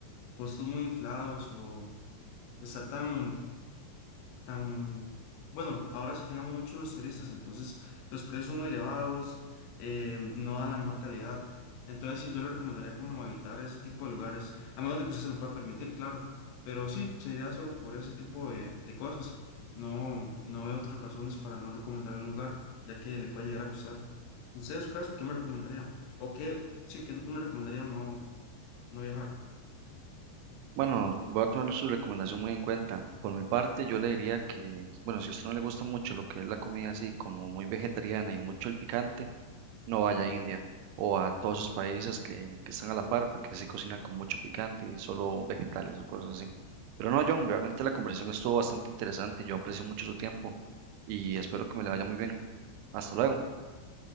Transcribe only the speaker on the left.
costos muy inflados o pues, está tan tan, bueno, ahora se fijan mucho en los turistas, entonces los precios son muy elevados, eh, no dan la mejor calidad. Entonces sí, yo le recomendaría como evitar ese tipo de lugares, a menos de que usted se lo pueda permitir, claro, pero sí, sería solo por ese tipo de, de cosas. No, no veo otras razones para no recomendarle un lugar, ya que le puede llegar a gustar. Usted en su caso, ¿qué me recomendaría? ¿O qué, sí, que me recomendaría no, no viajar?